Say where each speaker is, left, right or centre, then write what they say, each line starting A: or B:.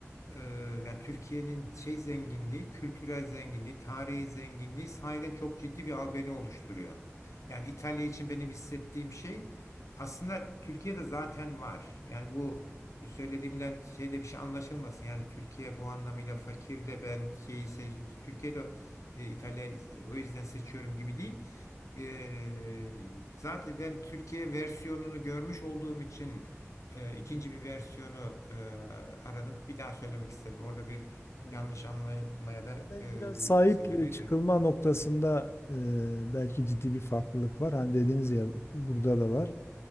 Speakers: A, on the left; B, on the left.
A: ee, yani Türkiye'nin şey zenginliği, kültürel zenginliği, tarihi zenginliği sahiden çok ciddi bir albeni oluşturuyor. Yani İtalya için benim hissettiğim şey aslında Türkiye'de zaten var. Yani bu söylediğimden şeyde bir şey anlaşılmasın. Yani Türkiye bu anlamıyla fakir de ben şeyi seç- Türkiye'de e, İtalya'yı o yüzden seçiyorum gibi değil. Ee, zaten ben Türkiye versiyonunu görmüş olduğum için e, ikinci bir versiyonu e, aradım. Bir daha söylemek isterim. Orada bir
B: Evet.
A: yanlış anlamaya da
B: Ya belki
A: e,
B: biraz sahip
A: sebebi.
B: e, çıkılma noktasında e, belki ciddi bir farklılık var. Hani dediniz ya burada da var.